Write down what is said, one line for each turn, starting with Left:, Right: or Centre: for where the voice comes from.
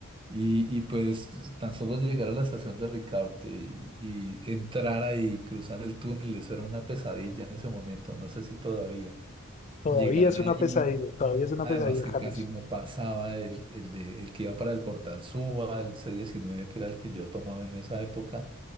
Right: Y, y pues tan solo llegar a la estación de Ricaurte y, y entrar ahí, cruzar el túnel, eso era una pesadilla en ese momento, no sé si todavía.
Left: Todavía
Right: Llegar
Left: es una pesadilla,
Right: ahí
Left: todavía es una
Right: Además
Left: pesadilla,
Right: que
Left: Carlos.
Right: casi no pasaba el, el, de, el que iba para el Portal Suba, el c diecinueve que era el que yo tomaba en esa época.